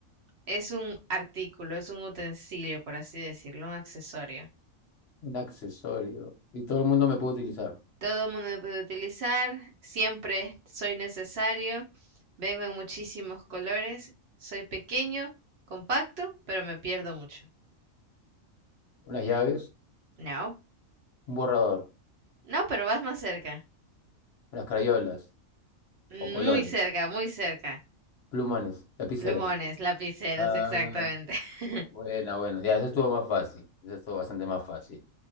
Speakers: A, on the right; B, on the left.
A: Es un artículo, es un utensilio, por así decirlo, un accesorio.
B: un accesorio. Y todo el mundo me puede utilizar.
A: Todo el mundo lo puede utilizar, siempre soy necesario, vengo en muchísimos colores, soy pequeño, compacto, pero me pierdo mucho.
B: Unas llaves,
A: No,
B: un borrador,
A: no, pero vas más cerca,
B: unas crayolas,
A: muy
B: o colores,
A: cerca, muy cerca.
B: plumones, lapiceros.
A: Plumones, lapiceros,
B: Ah,
A: exactamente. <laughs>
B: bueno, bueno. Ya, eso estuvo más fácil. Eso estuvo bastante más fácil.